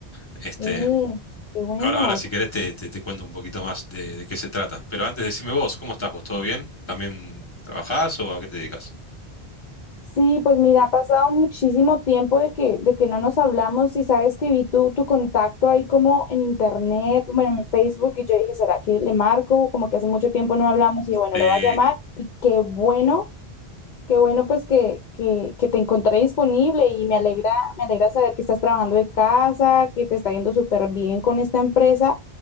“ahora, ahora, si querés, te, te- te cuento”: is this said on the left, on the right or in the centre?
Left